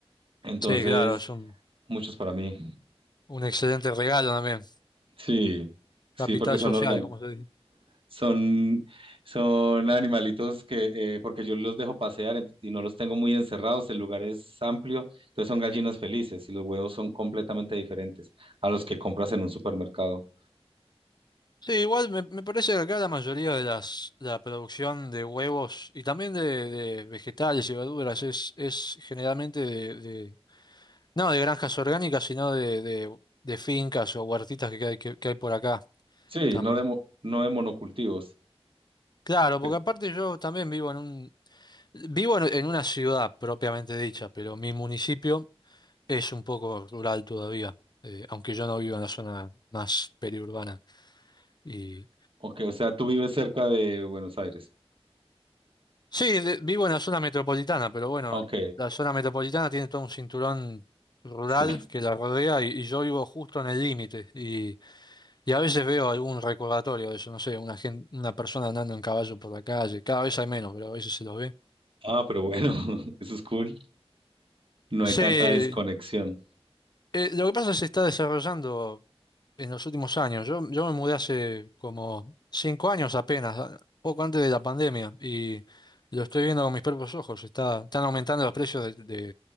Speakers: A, on the right; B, on the left.
A: Entonces,
B: sí, claro, es un,
A: muchos para mí.
B: un excelente regalo también.
A: Sí, sí,
B: Capital
A: porque son
B: social,
A: orgánicos.
B: como se dice.
A: Son, son animalitos que, eh, porque yo los dejo pasear ent- y no los tengo muy encerrados, el lugar es amplio, entonces son gallinas felices y los huevos son completamente diferentes a los que compras en un supermercado.
B: Sí, igual me, me parece que acá la mayoría de las, la producción de huevos y también de, de vegetales y verduras es, es generalmente de, de- no de granjas orgánicas, sino de, de, de fincas o huertitas que hay, que que hay por acá
A: Sí,
B: también.
A: no de, mo- no de monocultivos.
B: Claro,
A: Pero-
B: porque aparte yo también vivo en un, Vivo en, en una ciudad propiamente dicha, pero mi municipio es un poco rural todavía, eh, aunque yo no vivo en la zona más periurbana. Y
A: Ok, o sea, tú vives cerca de Buenos Aires.
B: sí, de- vivo en la zona metropolitana, pero bueno,
A: Ok,
B: la zona metropolitana tiene todo un cinturón rural
A: sí.
B: que la rodea y, y yo vivo justo en el límite. Y, y a veces veo algún recordatorio de eso, no sé, una gen- una persona andando en caballo por la calle. Cada vez hay menos, pero a veces se los ve.
A: Ah, pero bueno, <laughs> eso es cool. No
B: Sí,
A: hay tanta
B: eh,
A: desconexión.
B: lo que pasa es que se está desarrollando. en los últimos años. Yo, yo me mudé hace como cinco años apenas, a- poco antes de la pandemia, y lo estoy viendo con mis propios ojos. Está, están aumentando los precios de, de-